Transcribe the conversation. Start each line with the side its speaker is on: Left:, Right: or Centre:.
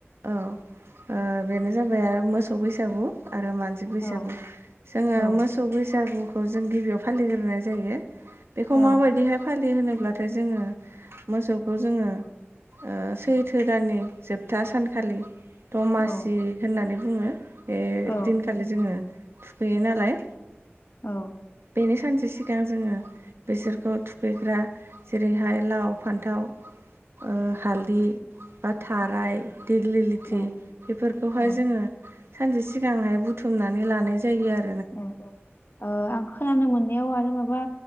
Right: औ ओ बेनो जाबाय आरो मोसौ बैसागु आरो मान सि बैसागु
Left: औ
Right: जोङो
Left: औ
Right: मोसौ बैसागुखौ जों गिबियाव फालिग्रोनाय जायो। बेखौ
Left: औ
Right: माबायदिहाय फालियो होनोब्लाथाय जोङो मोसौखौ जोङो ओ सैथो दाननि जोबथा सान खालि दमासि
Left: औ
Right: होननानै बुङो बे
Left: औ
Right: दिनखालि जोङो थुखैयो नालाय
Left: औ।
Right: बेनि सानसे सिगां जोङो बेसोरखौ थुखैग्रा जेरैहाय लाव फान्थाव ओ हालदि बा थाराय देग्लि लोथि
Left: औ
Right: बेफोरखौहाय
Left: औ
Right: जोङो सानसे सिगांहाय बुथुमनानै लानाय जायोआरो।
Left: औ आं खोनानो मोननायाव आरो माबा